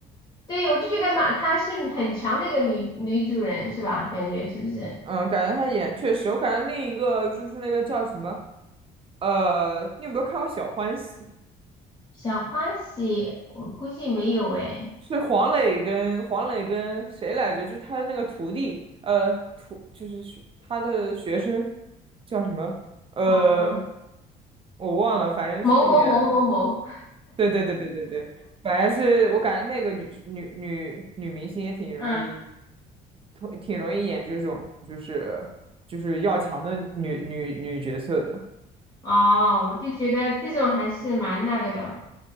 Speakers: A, on the left; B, on the right.
A: 对，我就觉得嘛，她是很强的一个女女主人，是吧？感觉是不是？
B: <laughs> 嗯，感觉她演确实，我感觉另一个就是那个叫什么呃，你有没有看过《小欢喜》？
A: 小欢喜，我估计没有诶。
B: 是黄磊跟黄磊跟谁来着？就是他的那个徒弟，呃，徒就是学他的学生叫什么？呃，
A: 哦，
B: 我忘了，反正是演，
A: 某某某某某，
B: 对对对对对对，反正是我感觉那个女女女女明星也挺容易，
A: 嗯，
B: 挺挺容易演这种就是就是要强的女女女角色的，
A: 哦，我就觉得这种还是蛮那个的，